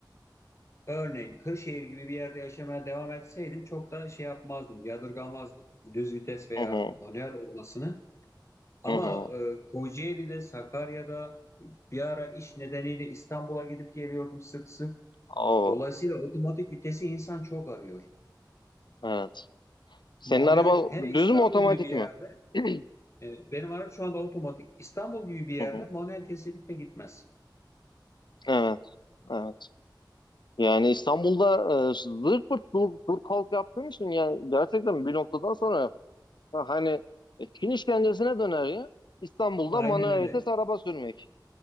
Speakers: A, on the left; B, on the left.
A: Örneğin Kırşehir gibi bir yerde yaşamaya devam etseydim çok da şey yapmazdım, yadırgamazdım düz vites veya
B: Hı hı
A: manuel olmasını. Ama
B: hı hı.
A: e, Kocaeli'de, Sakarya'da bir ara iş nedeniyle İstanbul'a gidip geliyordum sık sık.
B: Oo,
A: Dolayısıyla otomatik vitesi insan çok arıyor.
B: evet. Senin
A: Manuel,
B: araba
A: hele İstanbul
B: düz mü otomatik
A: gibi bir yerde,
B: mi? <clears throat>
A: e, benim araç şu anda otomatik. İstanbul gibi bir yerde
B: Hı hı.
A: manuel kesinlikle gitmez.
B: Evet. Evet. Yani İstanbul'da e, zırt pırt dur, dur kalk yaptığın için yani gerçekten bir noktadan sonra ha, hani e, Çin işkencesine döner ya. İstanbul'da
A: Aynen
B: manuel
A: öyle.
B: vites araba sürmek.